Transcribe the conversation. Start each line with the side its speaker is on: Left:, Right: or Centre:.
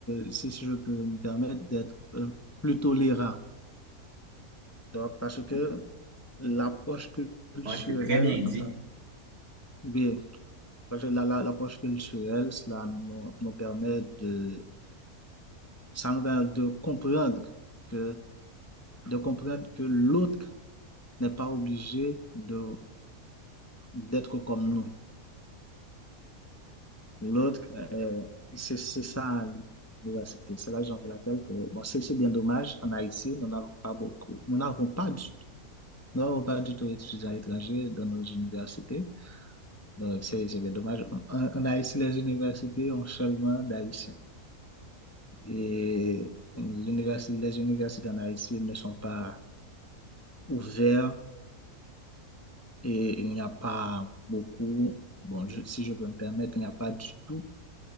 Left: si si je peux me permettre, d'être euh, plus tolérant. Donc, parce que l'approche culturelle
Right: Ouais, c'est très bien dit.
Left: en tant que Parce que la, la- l'approche culturelle, cela nous, nous permet de, ça nous permet de comprendre que, de comprendre que l'autre n'est pas obligé de, d'être comme nous. L'autre, euh, c'est, c'est ça l'université. C'est la raison pour laquelle que, bon, c'est c'est bien dommage. En Haïti, nous n'avons pas beaucoup. Nous n'avons pas du tout. Nous n'avons pas du tout d'étudiants étrangers dans nos universités. Donc, c'est c'est bien dommage. En, en Haïti, les universités ont seulement d'Haïtiens. Et euh, l'université, les universités en Haïti ne sont pas ouvertes et il n'y a pas beaucoup, bon, je- si je peux me permettre, il n'y a pas du tout,